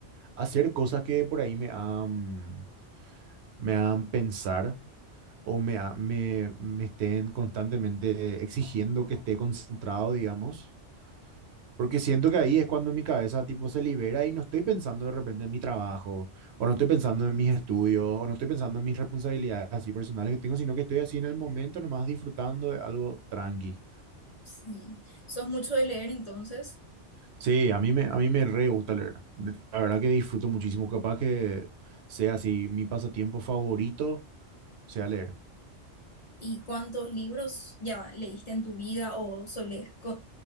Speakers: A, on the right; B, on the left.
A: hacer cosas que por ahí me hagan, me hagan pensar o me, ha- me, me estén constantemente exigiendo que esté concentrado, digamos. Porque siento que ahí es cuando mi cabeza tipo se libera y no estoy pensando de repente en mi trabajo, o no estoy pensando en mis
B: Sí,
A: estudios, o no estoy pensando en mis responsabilidades así personales que tengo, sino que estoy así en el momento nomás disfrutando de algo tranqui.
B: sí. ¿Sos mucho de leer entonces?
A: Sí, a mí me, a mí me re gusta leer. La verdad que disfruto muchísimo, capaz que sea así mi pasatiempo favorito, sea leer.
B: ¿Y cuántos libros ya leíste en tu vida o solés, co-